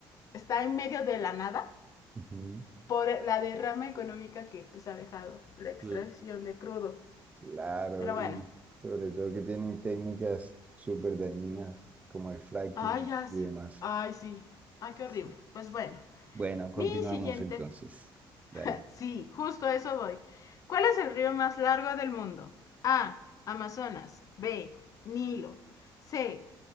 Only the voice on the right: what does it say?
Ujú.
Cl-
Claro,
y sobre todo que tienen técnicas súper dañinas como el fracking
y demás.
Sí.
Bueno, continuamos
entonces.
Dale.